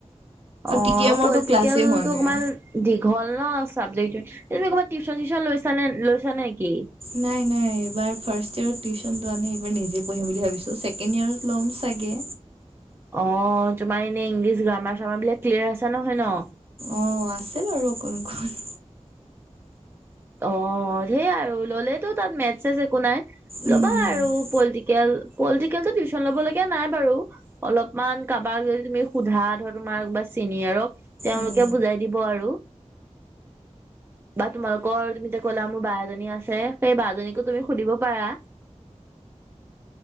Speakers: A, on the right (about 20°); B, on the right (about 50°).
A: অ
B: টি টি এমৰটো
A: পলিটিকেলটো
B: ক্লাছেই হোৱা নাই।
A: অকমান, দীঘল ন চাবজেক্ট টো, এনেই ক'ৰবাত টিউচন চিউচন লৈছা লৈছা নেকি?
B: নাই নাই এইবাৰ ফাৰ্ষ্ট ইয়েৰত টিউচনোৱানে এইবাৰ নিজে পঢ়ম বুলি ভাবিছো ছেকেণ্ড ইয়েৰত ল'ম। চাগে।
A: অঁ তোমাৰ এনে ইংলিছ গ্ৰামাৰ চামাৰ বিলাক ক্লিয়াৰ আছে নহয় ন।
B: অঁ আছে বাৰু অকোন অ কোন।
A: অঁ সেয়া আৰু ল'লেতো তাত মেচজ একো নাই
B: উম
A: ল'বা আৰু। পলিটিকেল পলিটিকেলটো টিউচন ল'ব লগগীয়া নাই বাৰু। অলপমান কাৰোবাক যদি তুমি সোধা ধৰ তোমাৰ বা চেনি আৰুক তেওঁলোকে
B: উম।
A: বুজাই দিব আৰু। বা তোমালোকৰ তুমি যে কলা মোৰ ব এজনী আছে সেই বজনীকো তুমি সুধিব পাৰা।